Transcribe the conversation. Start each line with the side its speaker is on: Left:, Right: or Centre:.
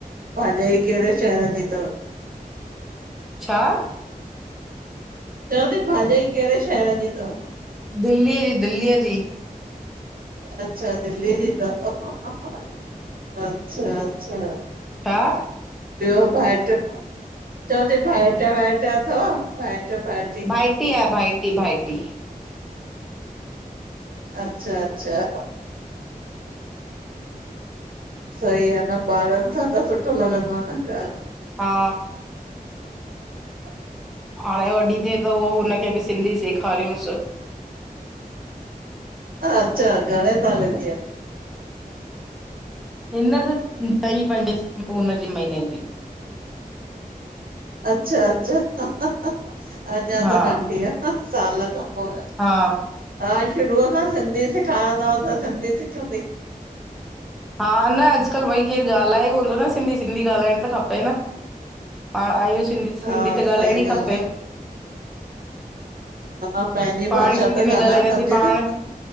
Right: भाजाई कहिड़े शहर जी अथव?
Centre: छा?
Right: चओ थी भाॼाई कहिड़े शहर जी त?
Centre: दिल्लीअ जी, दिल्लीअ जी
Right: अच्छा! दिल्ली जी तव। अच्छा! अचछा!
Centre: छा?
Right: ॿियो भाइट, चव थी भाइट वाइट अथव भाइट -भाइटी?
Centre: भाइटी आ। भाइटी, भाइटी
Right: अच्छा! अच्छा! सही आहे न,, ॿारनि सां त सुठो लॻंदो आहे न घर
Centre: हा!
Right: <inaudible>
Centre: हाणे वॾी थिए त उह हुनखे बि सिंधी सेखारियूंस।
Right: अच्छा! घणे साल जी आ?
Centre: इनर त टई पंज उन जी महीने जी।
Right: अच्छा! अच्छा! अञा
Centre: हा
Right: त नंढी आहे, साल खां पोइ
Centre: हा
Right: हा शुरूअ खां सिंधी सेखारींदव त सिंधी सिखंदी।
Centre: हा न,, अॼुकल्ह भई केरु ॻाल्हाए कोन थो न सिंधी सिंधी ॻाल्हाइणु त खपे न। पाण आहियूं सिंधी, सिंधी
Right: हा
Centre: त
Right: सही
Centre: ॻाल्हाइणी ई खपे।
Right: ॻाल्हि हा! पंहिंजी
Centre: पाण
Right: भाषा
Centre: ई सिंधी
Right: त
Centre: न
Right: ॻाल्हाइणु
Centre: ॻाल्हाईंदासीं
Right: खपिजे
Centre: पाण
Right: न।